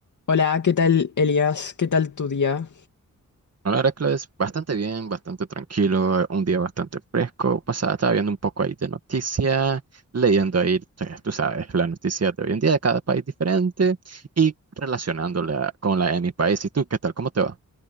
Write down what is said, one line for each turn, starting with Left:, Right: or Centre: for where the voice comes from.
Left: Hola, ¿qué tal Elias? ¿Qué tal tu día?
Right: No, la verdad que lo es bastante bien, bastante tranquilo, eh, un día bastante fresco. Pasaba, estaba viendo un poco ahí de noticias, leyendo ahí, eh, tú sabes, las noticias de hoy en día de cada país diferente y relacionándola con la de mi país. ¿Y tú qué tal? ¿Cómo te va?